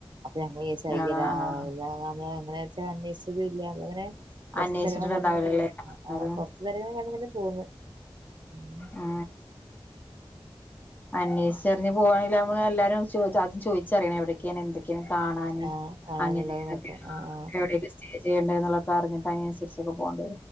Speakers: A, on the right; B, on the left.
A: അപ്പൊ ഞമ്മൾ യ്യടാാ
B: ആഹ് ആഹ്
A: നമ്മള എങ്ങനെ വെച്ചാ അന്വേഷിച്ചതും ഇല്ലങ്ങനെ കുറച്ച്
B: അന്വേഷിച്ചിട്ടുണ്ടാവില്ലല്ലേ
A: സ്ലങ്ങ പ
B: ആൾക്കാര്
A: <unintelligible> ങ്ങനെ പോന്ന് ഉം
B: ആ അന്വേഷിച്ചറിഞ് പോവാണില്ല എല്ലാരും ആ ചോദിച്ചറിയണം എവിടേക്ക എന്തൊക്കാണ് കാണാന്
A: ആഹ് കാണാനുള്ളത്
B: അങ്ങനെൊക്കെ
A: നോക്ക ആഹ് ആഹ്
B: എവിടെക്കെ ചെയ്യണ്ട എന്നൊക്കെറിഞ്ഞിട്ട് അതിനനുസരിചു പോകേണ്ടെ